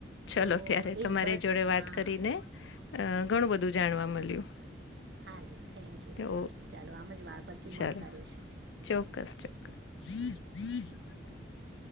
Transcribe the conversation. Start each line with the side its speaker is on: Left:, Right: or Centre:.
Left: ચલો
Right: તો
Left: ત્યારે
Right: એ
Left: તમારી
Right: જ બસ
Left: જોડે
Right: હા
Left: વાત
Right: હા
Left: કરીને અ ઘણું બધું જાણવા મળ્યું.
Right: હા જી થેન્ક યુ
Left: તો
Right: થેન્ક યુ ચાલો આમ જ વા પછી
Left: ચાલો
Right: મળતા રશું.
Left: ચોક્કસ <inaudible>